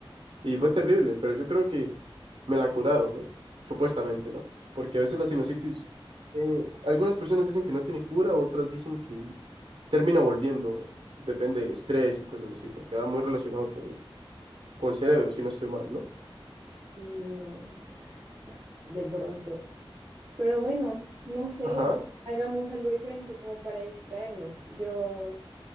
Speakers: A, on the right; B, on the right.
A: Y fue terrible, pero yo creo que me la curaron, ¿no? Supuestamente, ¿no? Porque a veces la sinusitis, eh, algunas personas dicen que no tiene cura, otras dicen que termina volviendo, depende del estrés y cosas así, porque va muy relacionado con, con el cerebro, si no estoy mal, ¿no?
B: Sí, no, de pronto. Pero bueno, no sé,
A: Ajá,
B: hagamos algo diferente como para distraernos. Yo